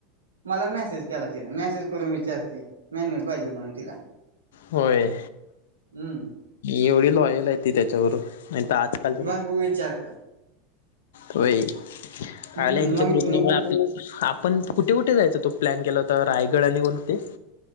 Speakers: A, on the right; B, on the left.
A: मला मेसेज केला तिला मेसेज करून विचारते मॅन्युल पाहिजेल म्हणून तिला
B: होय.
A: हम्म.
B: एवढी लॉयल आहे ती त्याच्यावर नाही तर आजकालच्या
A: मग विचार कर.
B: होच्या
A: हम्म मग
B: कृपमुळे
A: मग
B: पण कुठे कुठे जायचं तो प्लॅन केला होता रायगड आणि कोणते